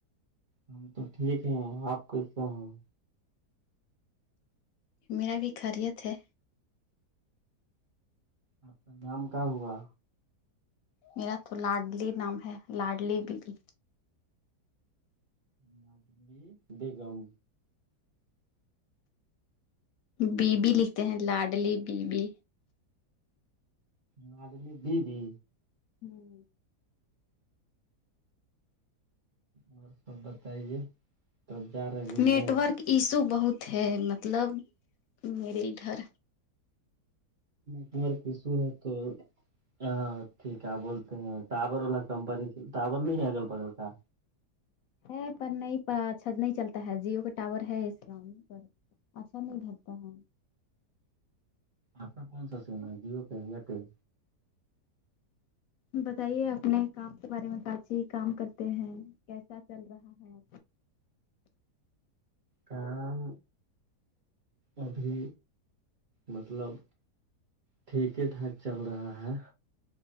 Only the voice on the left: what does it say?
میرا بھی خیریت ہے
میرا تو لاڈلی نام ہے لاڈلی بی بی
بی بی لکھتے ہیں لاڈلی بی بی
ہمم
نیٹورک ایشو بہت ہے مطلب میرے ادھر
ہے پر نہیں اچھا نہیں چلتا ہے جیو کا ٹاور ہے اس اچھا نہیں ہوتا ہے
بتائیے اپنے کام کے بارے میں کاچی کام کرتے ہیں کیسا چل رہا ہے